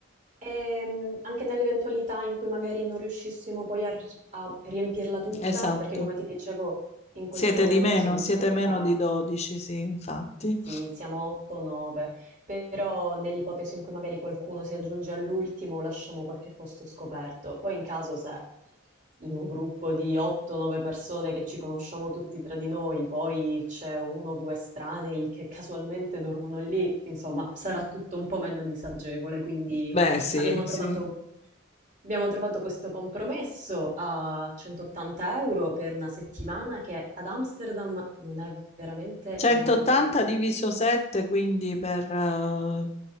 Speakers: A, on the right; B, on the left.
A: Ehm, anche nell'eventualità in cui magari non riuscissimo poi a ri a riempirla tutta,
B: Esatto.
A: perché come ti dicevo in questo
B: Siete
A: momento
B: di meno,
A: siamo
B: siete
A: circa
B: meno di 12, sì, infatti.
A: sì, siamo a 8-9, però nell'ipotesi in cui magari qualcuno si aggiunge all'ultimo, lasciamo qualche posto scoperto. Poi in caso se in un gruppo di 8-9 persone che ci conosciamo tutti tra di noi, poi c'è uno o due estranei che casualmente dormono lì, insomma, sarà tutto un po' meno disagevole, quindi
B: Beh, sì,
A: abbiamo trovato
B: sì.
A: Abbiamo trovato questo compromesso a 180 euro per una settimana che ad Amsterdam non è veramente
B: 180
A: niente.
B: diviso 7, quindi per, eh,